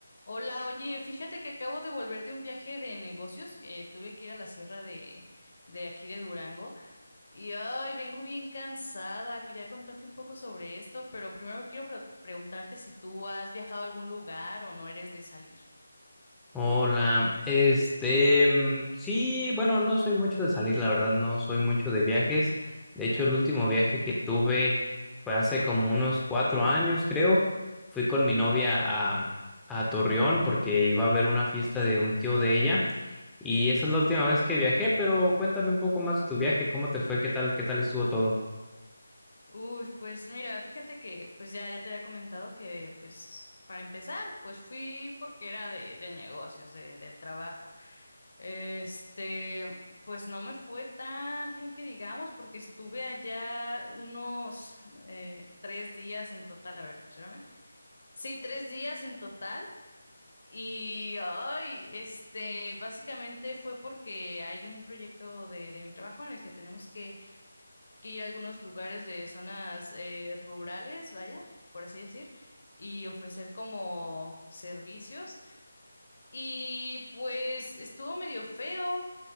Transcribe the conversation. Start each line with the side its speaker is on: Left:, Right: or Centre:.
Left: Hola, oye, fíjate que acabo de volver de un viaje de negocios, que tuve que ir a la sierra de, de aquí de Durango y ay, vengo bien cansada. Quería contarte un poco sobre esto, pero primero quiero pre- preguntarte si tú has viajado a algún lugar o no eres de salir.
Centre: Hola, este, mm, sí, bueno, no soy mucho de salir, la verdad, no soy mucho de viajes. De hecho, el último viaje que tuve fue hace como unos cuatro años, creo. Fui con mi novia a, mm, a Torreón porque iba a haber una fiesta de un tío de ella. Y esa es la última vez que viajé, pero cuéntame un poco más de tu viaje, ¿cómo te fue? ¿Qué tal, qué tal estuvo todo?
Left: Uy, pues mira, fíjate que pues ya, ya te había comentado que pues para empezar, pues fui porque era de, de negocios, de, del trabajo. Este, pues no me fue tan bien que digamos, porque estuve allá unos eh, tres días en total, a ver, espérame. Sí, tres días en total. Y, ay, este, básicamente fue porque hay un proyecto de, de mi trabajo en el que tenemos que que ir a algunos lugares de zonas eh, rurales, vaya, por así decir, y ofrecer como servicios. Y pues estuvo medio feo